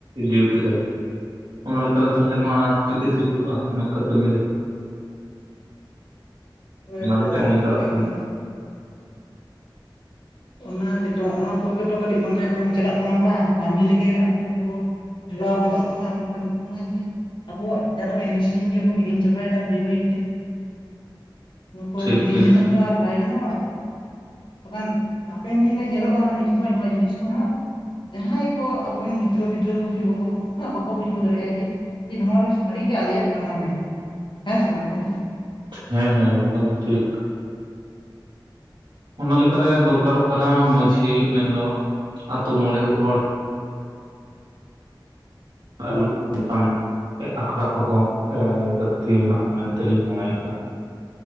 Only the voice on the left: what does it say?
ᱦᱳᱭ
ᱜᱚᱝᱠᱮ
ᱚᱱᱟ
ᱚᱱᱟ ᱜᱮᱛᱚ ᱚᱱᱟ ᱠᱚᱜᱮ ᱫᱚ ᱠᱟᱹᱴᱤᱡ ᱜᱚᱝᱜᱮ ᱠᱚᱢ ᱪᱟᱞᱟᱜ ᱠᱟᱱᱟ ᱵᱟᱝ? ᱠᱟᱹᱢᱤ ᱨᱮᱜᱮ ᱦᱟᱸᱜ ᱫᱚᱢᱮ ᱠᱚ ᱰᱷᱮᱲᱟᱣ ᱜᱚᱫᱚᱜ ᱠᱟᱱᱟ ᱢᱮᱱ ᱠᱷᱟᱱ ᱱᱚᱜᱚᱭ ᱡᱮ ᱟᱵᱚᱣᱟᱜ ᱡᱟᱫᱚ ᱮᱱᱮᱡ ᱥᱮᱨᱮᱧ ᱜᱮᱵᱚᱱ ᱦᱤᱲᱤᱧ ᱪᱟᱵᱟᱭᱟ ᱫᱟ ᱵᱟᱹᱭ ᱵᱟᱹᱭᱛᱮ᱾ ᱱᱚᱣᱟ ᱠᱚ
ᱦᱤᱲᱤᱧ
ᱞᱮᱠᱷᱟᱱ ᱛᱚ ᱟᱨ ᱵᱟᱭ ᱜᱟᱱᱚᱜᱼᱟ, ᱵᱟᱠᱷᱟᱱ ᱦᱟᱯᱮᱱ ᱫᱤᱱ ᱨᱮ ᱧᱮᱞᱚᱜᱼᱟ ᱦᱟᱸᱜ ᱢᱤᱫ ᱥᱚᱢᱚᱭ ᱱᱚᱣᱟ ᱡᱤᱱᱤᱥ ᱠᱚ ᱦᱟᱸᱜ ᱡᱟᱦᱟᱸᱭ ᱠᱚ ᱟᱵᱚᱨᱮᱱ ᱜᱤᱫᱽᱨᱟᱹ ᱯᱤᱫᱽᱨᱟᱹ ᱠᱚ ᱦᱩᱭᱩᱜ ᱟᱠᱚ, ᱩᱱᱠᱩ ᱵᱟᱠᱚ ᱵᱩᱡᱷᱟᱹᱣ ᱫᱟᱲᱮᱭᱟᱜᱼᱟ ᱡᱮ ᱡᱮ ᱱᱚᱣᱟᱨᱮ ᱥᱟᱹᱨᱤᱜᱮ ᱟᱞᱮᱭᱟᱜ ᱠᱟᱱᱟ ᱢᱮᱱᱛᱮ, ᱦᱮᱸ ᱥᱮ ᱵᱟᱝ ᱜᱚᱝᱠᱮ?